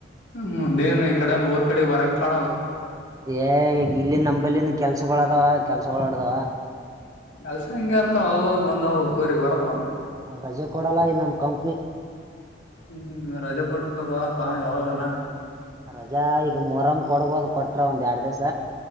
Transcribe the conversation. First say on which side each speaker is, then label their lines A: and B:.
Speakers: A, on the left; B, on the right.
A: ಹ್ಮ, ನೇನು ಇ ಕಡ ಊರು ಕಡೆ ವರಂ ಕಾಣಾಲಲ್ಲ
B: ಏ ಇಲ್ಲಿ ನಂಬಲ್ಲಿ ಕೆಲ್ಸಗಳದಾವ ಕೆಲ್ಸಗಳಳಾಡದಾವ
A: ಕೆಲ್ಸ ಹಿಂಗಗೆ ಇರ್ತ ಹೋಗೋಗ್ ಬಂದವ ಕೋರಿಗ್ ಬರಲ್ಲಾನ.
B: ರಜೆ ಕೊಡಲ್ಲ ಇದನಮ್ಮ ಕಂಪ್ನಿ,
A: ಹ್ಮ್ ರಜೆ ಕೊಟ್ಟತ ಬಾ ಪಾ ಯಾವಾಗನಾ
B: ರಜಾ ಈಗ ಮೊಹರಂ ಕೊಡ್ಬೋದು ಕೊಟ್ರ ಒಂದ್ ಎರಡ್ ದಿವ್ಸ.